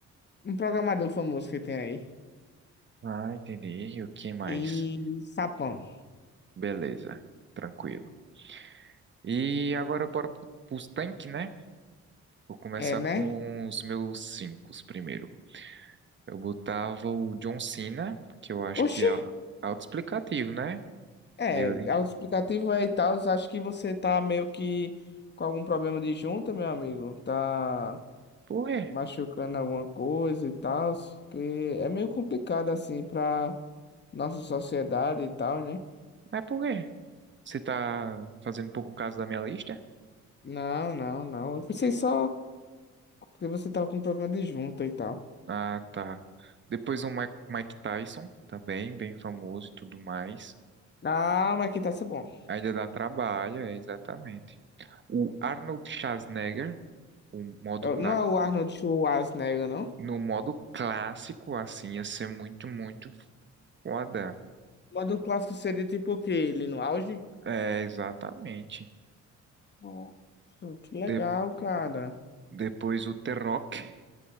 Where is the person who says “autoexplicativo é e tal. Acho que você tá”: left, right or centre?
Left